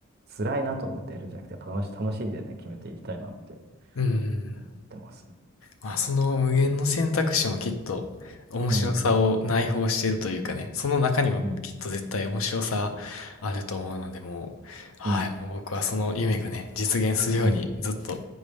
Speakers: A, on the right; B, on the left.
A: 辛いなと思ってやるんじゃなくて、やっぱ楽し、楽しんでね、決めていきたいなって
B: うん。
A: 思ってますね。
B: まあ、その無限の選択肢もきっと面白さを内包しているというかね、
A: うん、
B: その中にもきっと絶対面白さあると思うので、
A: うん、
B: もう、はい、
A: うん、
B: もう僕はその夢がね、実現するようにずっと
A: うん。